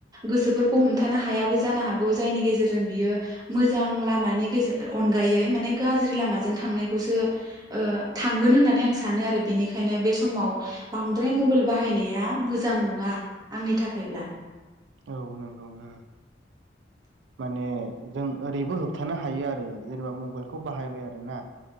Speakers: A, on the right (about 20°); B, on the right (about 80°).
A: गोसोफोरखौ <unintelligible> होबथानो हायाबो जानो हागौ जायनि गेजेरजों बियो मोजां लामानि गेजे अनगायै माने गाज्रि लामाजों थांनायखौसो ओ थांगोन होननानै आं सानो आरो बेनिखायनो बे समाव बांद्राय मबाइल बाहायनाया मोजां नङा आंनि थाखायब्ला।
B: औ नंगौ उम माने जों ओरैबो होबथानो हायो आरो जेनेबा मबाइलखौ बाहायबाय आरोना